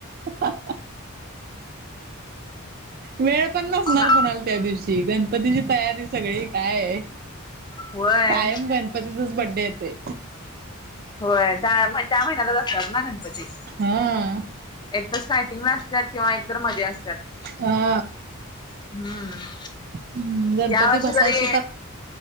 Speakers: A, on the right (about 45°); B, on the left (about 20°).
A: ह वेळ पण नसणार
B: शा
A: कणाला त्या दिवशी गणपतीची तयारी सगळी काय
B: होय
A: कायम गणपतीचाच बड्डे येतय
B: होय त्या त्या महिन्यालाच असतात ना गणपती
A: हा
B: एक तरर फयटिंग ला असतात किंवा एकतर मज असतात
A: हा
B: हम्म
A: हम्म गणपती
B: या वर्षी
A: बसायचे
B: जरी